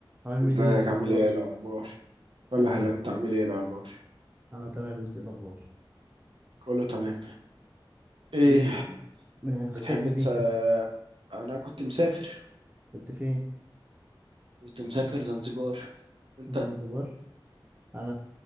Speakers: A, on the right; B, on the right.
A: عامل
B: ازيك
A: ايه الاخبار
B: عامل ايه الاخبار ولا
A: انا تمام
B: هلا انت عامل ايه الاخبار
A: انا تمام انت إيه الاخبار
B: كله تمام ايه
A: ايه مختفي
B: بتحب تس...
A: فين كده
B: انا كنت مسافر
A: كنت فين
B: كنت مسافر زنزبار وانت
A: زنزبار انا